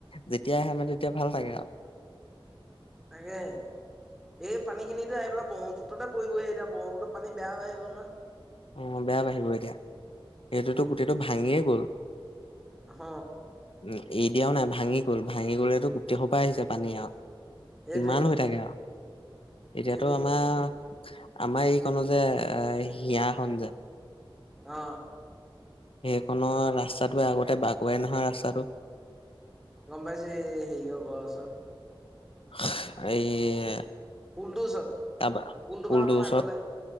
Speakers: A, on the left; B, in the centre.
A: যেতিয়া আহে মানে তেতিয়া ভাল লাগে আৱ
B: তাকে এই পানী খিনিতে আহি পেলাই ব্ৰহ্মপুত্ৰতে পৰিবহি এতিয়া ব্ৰহ্মপুত্ৰ পানী বেয়া হৈ আহিব ন।
A: অ বেয়া বাঢ়িব এতিয়া। এইটোতো গোটেইটো ভাঙিয়ে গ'ল।
B: হ।
A: উ এৰি দিয়াও নাই। ভাঙি গল, ভাঙি গ'লেতো গোটেই সোপাই আহিছে পানী আও।
B: সেইটোৱে
A: কিমান হৈ থাকে আও। এতিয়াতো
B: সেইটোৱে
A: আমাৰ, আমাৰ এইকনৰ যে এ হিয়াখন যে
B: অ।
A: সেইখনৰ ৰাস্তটোৱে আগতে বাকুৱাই নহয় ৰাস্তাটো।
B: গম পাইছে হেৰিও ঘৰৰ ওচৰত।
A: এই
B: পুলটোৰ ওচৰত।
A: কাৰবা
B: পুলটোপা
A: পুলটোৰ
B: অকণ
A: ওচৰত
B: আগলে।